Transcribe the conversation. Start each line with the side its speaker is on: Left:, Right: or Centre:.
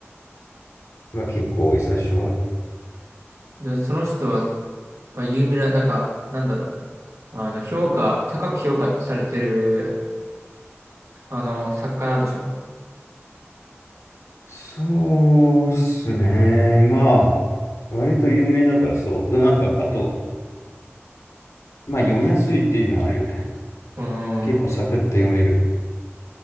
Left: が結構多い、最初は。
Right: で、その人は、まあ、有名な、なんか、なんだろう。あの、評価、高く評価されてるあの、作家なんでしょ
Left: そうっすね。まあ、割と有名だからそう。でもなんか、あと、まあ読みやすいっていうのはあるよね。
Right: うーん。
Left: 結構サクッと読める。